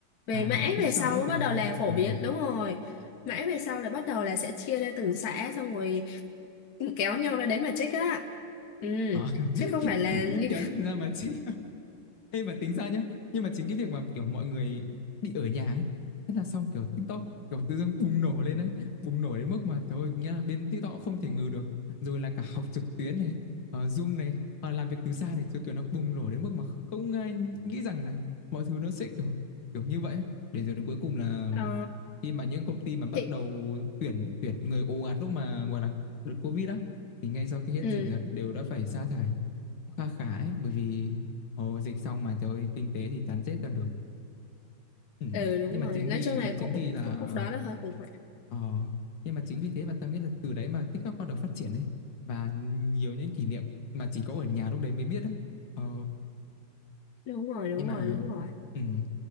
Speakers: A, on the left (about 55°); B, on the left (about 75°).
A: về
B: à
A: mãi
B: là tận khúc
A: về
B: sau
A: sau
B: ấy
A: mới
B: phải
A: bắt đầu
B: không?
A: là phổ
B: Ờ.
A: biến đúng rồi mãi về sau là bắt đầu là sẽ chia ra từng xã xong rồi kéo nhau ra đấy mà check á ừ
B: À,
A: chứ
B: <laughs>
A: không
B: kiểu,
A: phải là
B: kiểu,
A: như
B: kiểu ra mà chị Ê mà tính ra nhá Nhưng mà chính cái việc mà kiểu mọi người bị ở nhà ấy Thế là xong kiểu TikTok kiểu tự dưng bùng nổ lên đấy Bùng nổ đến mức mà trời ơi Nghĩa là bên TikTok cũng không thể ngừ được Rồi là cả học trực tuyến này ờ, Zoom này ờ, Làm việc từ xa này Chứ kiểu nó bùng nổ đến mức mà không ai nghĩ rằng là Mọi thứ nó sẽ kiểu kiểu như vậy ấy. Để rồi đến cuối cùng là
A: <laughs> ờ,
B: Khi mà những công ty mà bắt
A: thì
B: đầu tuyển tuyển người ồ ạt lúc mà gọi là đợt Covid á Thì ngay sau khi hết
A: ừ
B: dịch là đều đã phải sa thải Cũng kha khá ấy bởi vì Ồ, dịch xong mà trời ơi, kinh tế thì chán chết ra được. Ừm,
A: ừ đúng
B: nhưng mà
A: rồi
B: chính
A: nói
B: vì
A: chung là
B: chính
A: cũng
B: vì là
A: cũng- lúc đó là hơi khủng
B: ờ, nhưng mà chính vì thế mà tao nghĩ là từ đấy mà TikTok bắt đầu phát triển ấy và nhiều những kỷ niệm mà chỉ có ở nhà lúc đấy mới biết á. Ờ,
A: đúng rồi đúng
B: nhưng mà
A: rồi đúng rồi
B: ừm,